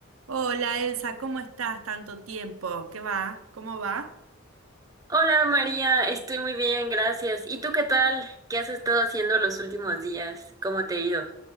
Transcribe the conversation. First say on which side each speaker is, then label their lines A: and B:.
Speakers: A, on the right (about 75°); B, on the right (about 15°).
A: Hola Elsa, ¿cómo estás? Tanto tiempo. ¿Qué va? ¿Cómo va?
B: Hola María, estoy muy bien, gracias. ¿Y tú qué tal? ¿Qué has estado haciendo los últimos días? ¿Cómo te ha ido?